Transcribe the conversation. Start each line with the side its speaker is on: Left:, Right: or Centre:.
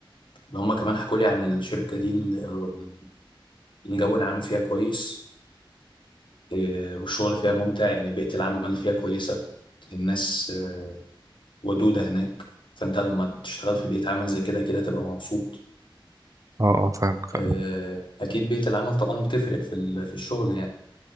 Left: لو هم كمان حكوا لي عن الشركة دي ال- الجو العام فيها كويس إيه، والشغل فيها ممتع يعني بيئة العمل فيها كويسة الناس آه، ودودة هناك فأنت لما تشتغل في بيئة عمل زي كده كده تبقى مبسوط
Right: اه اه فاهمك فاهم
Left: آه، أكيد بيئة العمل طبعا بتفرق في ال- في الشغل يعني